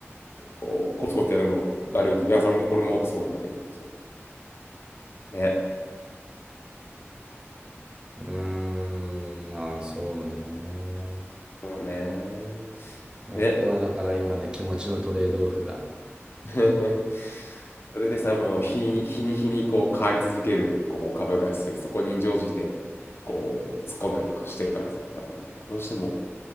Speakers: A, on the left; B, on the right.
A: こう、コツコツやるのだるいって、いや、それも、俺もそうなんだけど。そうね。
B: うーん、まあそうね。
A: そうね。
B: いや、
A: ね。
B: ここはだから今ね、気持ちのトレードオフが。
A: <laughs> それでさ、もう日、日に日にこう変わり続けるこう株価指数、そこに乗じてこう突っ込んだりとかしてるからさ、やっぱりね、どうしても